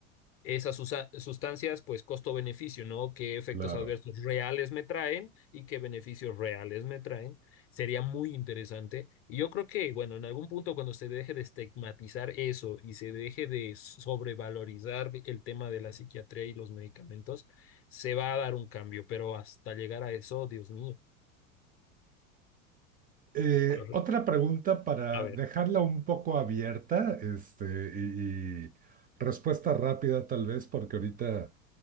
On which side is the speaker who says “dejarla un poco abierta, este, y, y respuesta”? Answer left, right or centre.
Right